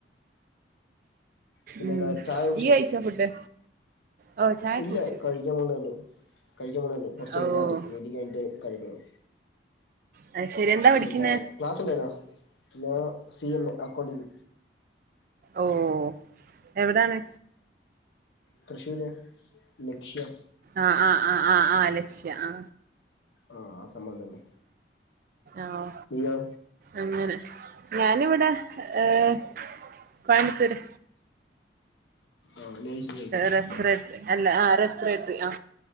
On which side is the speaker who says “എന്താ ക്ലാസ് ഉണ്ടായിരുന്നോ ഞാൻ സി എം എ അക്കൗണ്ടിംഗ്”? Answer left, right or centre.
Left